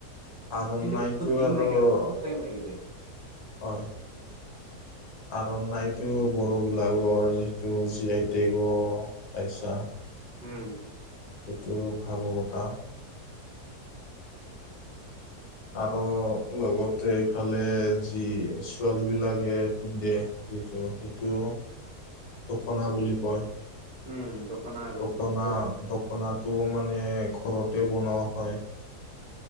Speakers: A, on the left; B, on the right.
A: আৰনাইটো
B: কিন্তু বহুত দিন
A: আৰু
B: লাগে
A: হয়।
B: বহুত টাইম লাগি যায়
A: আৰনাইটো বড়োবিলাকৰ যিহেতু জি আই টেগ পাইচা
B: উমঁ।
A: এইটোটো ভাবো এটা আৰু লগতে ইফালে যি ছোৱালীবিলাকে পিন্ধে যিটো সেইটো দখনা বুলি কয়।
B: উম দখনা আৰু
A: দখনা
B: কিবা অ'
A: দখনাটো মানে ঘৰতে বনোৱা হয়।